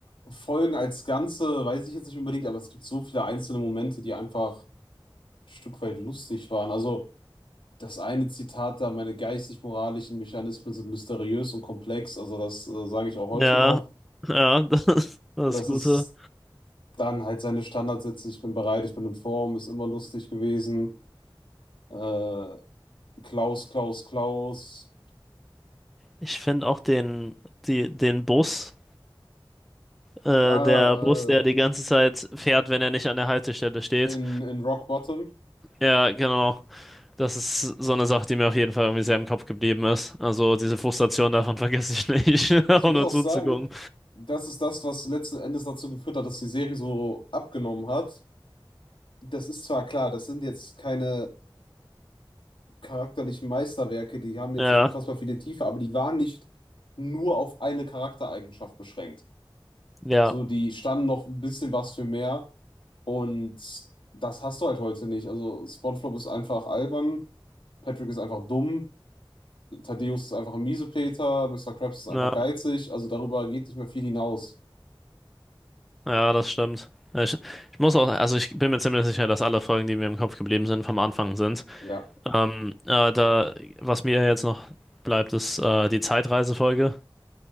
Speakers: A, on the left (about 70°); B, in the centre.
A: Folgen als Ganze weiß ich jetzt nicht unbedingt, aber es gibt so viele einzelne Momente, die einfach ein Stück weit lustig waren. Also das eine Zitat da, meine geistig-moralischen Mechanismen sind mysteriös und komplex, also das äh, sage ich auch heute
B: Ja,
A: noch.
B: ja, <laughs> das ist das
A: Das
B: Gute.
A: ist dann halt seine Standardsätze, ich bin bereit, ich bin in Form, ist immer lustig gewesen. Äh, Klaus, Klaus, Klaus,
B: Ich finde auch den, die, den Bus, äh,
A: da
B: der Bus, der
A: äh,
B: die ganze Zeit fährt, wenn er nicht an der Haltestelle steht.
A: in, in Rock Bottom.
B: Ja, genau. Das ist so eine Sache, die mir auf jeden Fall irgendwie sehr im Kopf geblieben ist. Also diese Frustration davon <laughs> vergesse ich nicht,
A: Ich
B: <laughs> auch
A: muss
B: nur
A: auch
B: zuzugucken.
A: sagen, das ist das, was letzten Endes dazu geführt hat, dass die Serie so abgenommen hat. Das ist zwar klar, das sind jetzt keine äh, charakterlichen Meisterwerke, die haben jetzt
B: Ja,
A: nicht unfassbar viele Tiefe, aber die waren nicht nur auf eine Charaktereigenschaft beschränkt.
B: ja,
A: So, die standen noch ein bisschen was für mehr und das hast du halt heute nicht. Also SpongeBob ist einfach albern, Patrick ist einfach dumm, Thaddeus ist einfach ein Miesepeter, Mister Krabs ist einfach
B: ja,
A: geizig, also darüber geht nicht mehr viel hinaus.
B: ja, das stimmt. Ich, ich muss auch, also ich bin mir ziemlich sicher, dass alle Folgen, die mir im Kopf geblieben sind, vom Anfang sind.
A: Ja.
B: Ähm, äh, da, was mir jetzt noch bleibt, ist äh, die Zeitreisefolge.